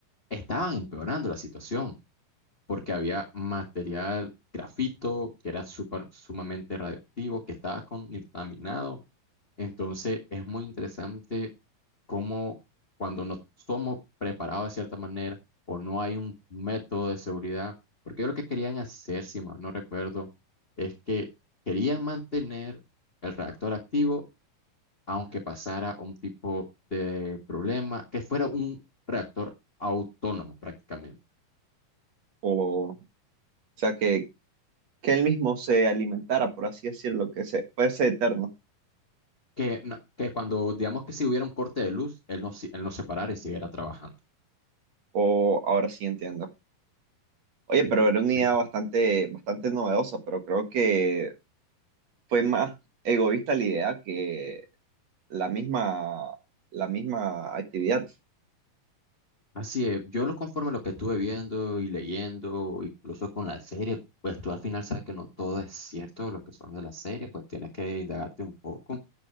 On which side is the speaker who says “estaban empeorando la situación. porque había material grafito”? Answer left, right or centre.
Left